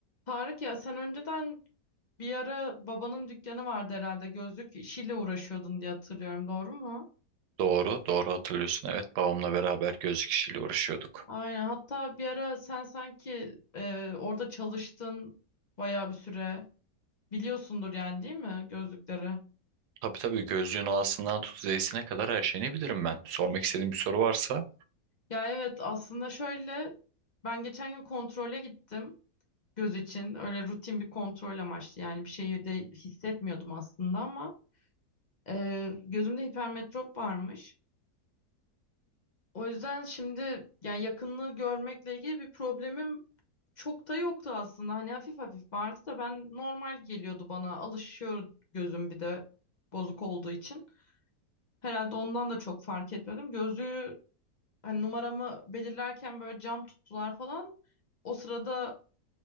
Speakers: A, on the left (about 40°); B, on the right (about 80°).
A: Tarık ya sen önceden bir ara babanın dükkanı vardı herhalde gözlük işiyle uğraşıyordun diye hatırlıyorum doğru mu?
B: Doğru, doğru hatırlıyorsun. Evet, babamla beraber gözlük işiyle uğraşıyorduk.
A: Aynen hatta bir ara sen sanki e, orada çalıştın bayağı bir süre biliyorsundur yani değil mi gözlükleri?
B: Tabii tabii gözlüğün alasından tut zeysine kadar her şeyini bilirim ben. Sormak istediğin bir soru varsa
A: Ya evet aslında şöyle ben geçen gün kontrole gittim göz için öyle rutin bir kontrol amaçlı yani bir şeyi de hissetmiyordum aslında ama e, gözümde hipermetrop varmış. O yüzden şimdi yani yakınlığı görmekle ilgili bir problemim çok da yoktu aslında. Hani hafif hafif vardı da ben normal geliyordu bana. Alışıyor gözüm bir de bozuk olduğu için. Herhalde ondan da çok fark etmedim. Gözlüğü hani numaramı belirlerken böyle cam tuttular falan. O sırada